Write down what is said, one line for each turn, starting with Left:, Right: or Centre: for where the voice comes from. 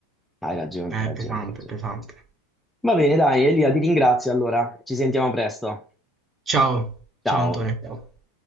Centre: Hai ragione,
Right: È
Centre: hai ragione,
Right: pesante,
Centre: hai ragione.
Right: pesante.
Centre: Va bene, dai, Elia, ti ringrazio allora. Ci sentiamo presto.
Right: Ciao,
Centre: Ciao.
Right: ciao Antonio. ciao.